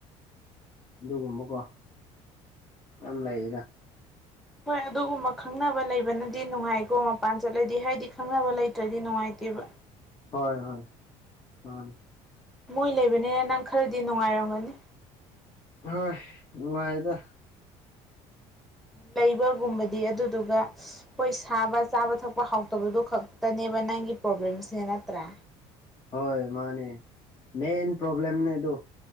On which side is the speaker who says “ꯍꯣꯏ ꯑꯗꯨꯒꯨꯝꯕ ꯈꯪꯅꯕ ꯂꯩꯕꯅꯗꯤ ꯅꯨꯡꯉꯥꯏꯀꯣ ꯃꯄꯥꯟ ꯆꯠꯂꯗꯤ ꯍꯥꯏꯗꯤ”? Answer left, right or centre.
Centre